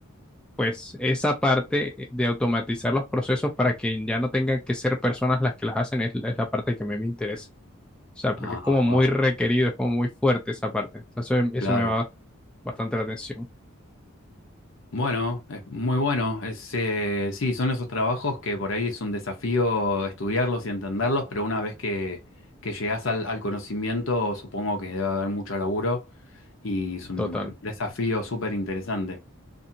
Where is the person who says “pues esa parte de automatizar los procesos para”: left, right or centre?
Centre